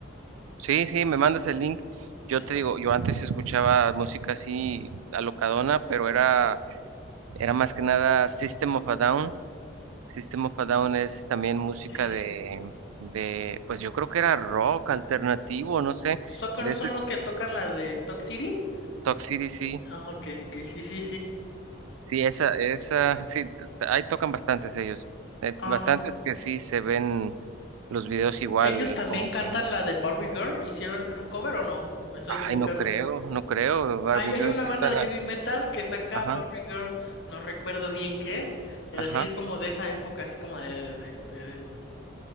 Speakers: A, on the right; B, on the left.
A: Sí, sí, me mandas el link. Yo
B: Sí.
A: te digo, yo antes escuchaba música así alocadona, pero era, era más que nada System of a Down. System of a Down es también música
B: Sí, sí,
A: de,
B: sí. sí.
A: de, pues yo creo que era rock alternativo, no sé,
B: ¿Son,
A: de ese
B: son los que tocan la de Talk City?
A: Toxicity, sí.
B: Ah, ok, ok, sí, sí, sí.
A: Sí, esa, esa, sí, t- t- ahí tocan bastantes ellos. Eh,
B: Ah,
A: Bastantes que sí se ven los videos igual,
B: ¿ellos también
A: como
B: cantan
A: que,
B: la de Barbie Girl? ¿Hicieron creo, un cover o no? Me estoy
A: ay,
B: equivocando.
A: no creo, no creo, Barbie
B: Hay, hay
A: Girl,
B: una
A: sí
B: banda
A: suena,
B: de heavy metal que saca
A: ajá,
B: Barbie Girl, no recuerdo bien qué es, pero
A: ajá,
B: sí es como de esa época, así como de, de este, de,